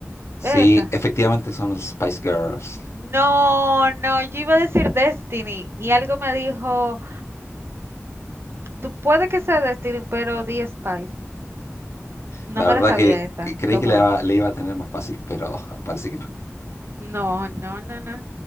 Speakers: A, on the left; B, on the right.
A: Sí,
B: esa.
A: efectivamente son los Spice Girls.
B: No, no, yo iba a decir Destiny y algo me dijo, tú puede que sea Destiny, pero di Spice. No
A: La
B: me
A: verdad
B: la sabía
A: que,
B: esa,
A: que creí
B: lo
A: que
B: juro.
A: le iba, le iba a tener más fácil, pero <laughs> parece que no.
B: No, no, no, no.